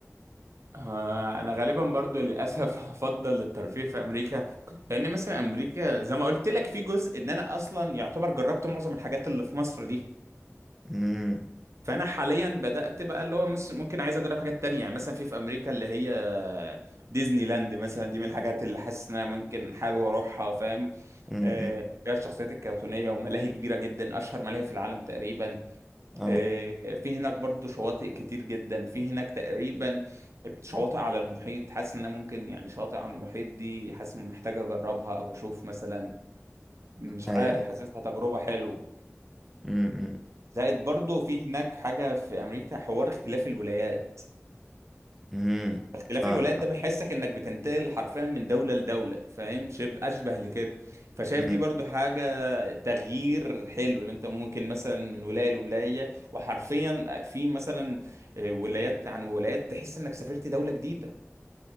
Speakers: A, on the right (about 65°); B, in the centre.
A: آه، انا غالبا برضو للاسف <laughs> هفضل الترفيه في امريكا لان مثلا امريكا زي ما قلت لك في جزء ان انا اصلا يعتبر جربت معظم الحاجات اللي في مصر دي
B: امم
A: فانا حاليا بدات بقى اللي هو مس- ممكن عايز اجرب حاجات تانية يعني مثلا في في امريكا اللي هي ديزني لاند مثلا دي من الحاجات اللي حاسس ان انا ممكن حابب اروحها فاهم
B: امم
A: آه، فيها الشخصيات الكرتونيه وملاهي كبيره جدا اشهر ملاهي في العالم تقريبا
B: ايوه
A: آه، في هناك برضو شواطئ كتير جدا في هناك تقريبا شواطئ على المحيط حاسس ان أنا ممكن يعني شاطئ على المحيط دي حاسس محتاج اجربها او اشوف مثلا مش
B: ايوه
A: عارف
B: ايوه
A: حاسسها تجربة حلوة
B: امم
A: زائد برضو في هناك حاجة في امريكا حوار اختلاف الولايات
B: امم
A: اختلاف
B: فاهم
A: الولايات ده بيحسك انك بتنتقل حرفيا من دولة لدولة فاهم شبه اشبه لكده فشايف
B: امم
A: دي برضو حاجة تغيير حلو ان انت ممكن مثلا من ولاية لولاية وحرفيا في مثلا آه، ولايات عن ولايات تحس انك سافرت دولة جديدة